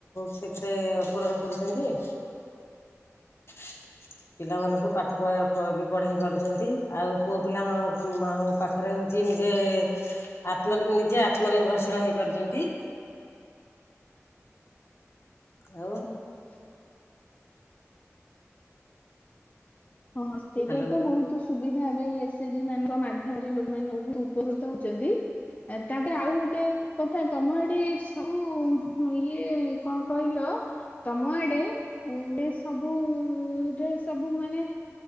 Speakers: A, on the left; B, on the left.
A: ସେଥିରେ ପୂରଣ କରୁଛନ୍ତି। <inaudible> ପିଲାମାନଙ୍କୁ ପାଠ ପ ପ ବି ପଢେଇ ପାରୁଛନ୍ତି ଆଉ ପୁଅ ପିଲା ହ ହ ପାଖରେ ହଉଛି ନିଜେ ଆତ୍ମ ନିଜେ ଆ ଆତ୍ମ ନିରଭରଶିଳ ହେଇପାରୁଛନ୍ତି ଆଉ
B: ହୁଁ ହୁଁ। ହଁ ସେଇଟା
A: ହ୍ୟାଲୋ
B: ତ ବହୁତ ସୁବିଧା ଏବେ ସେ ଜ ମାନଙ୍କ ମାଧ୍ୟମରେ ଲୋକମାନେ <unintelligible> ଉପକୃତ ହଉଛନ୍ତି। ତାପ ରେ ଆଉ ଗୋଟେ କଥା ତମ ଆଡ଼େ ସବୁ ଇଏ କଣ କହିଲ? ତମ ଆଡେ ଏ ସବୁରେ ସବୁ ମାନେ